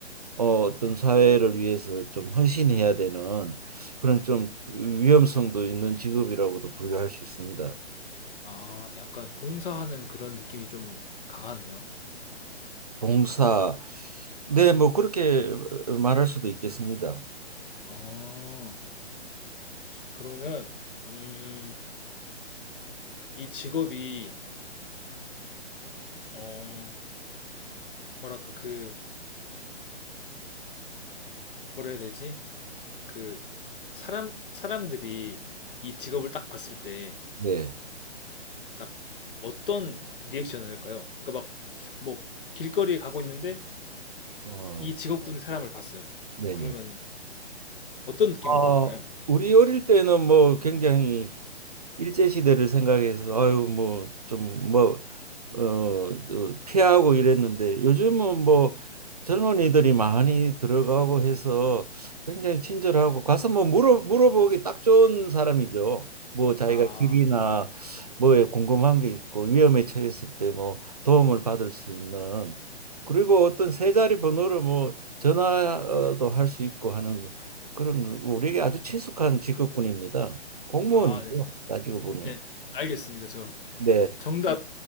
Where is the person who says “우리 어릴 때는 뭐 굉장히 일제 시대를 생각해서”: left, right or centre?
Right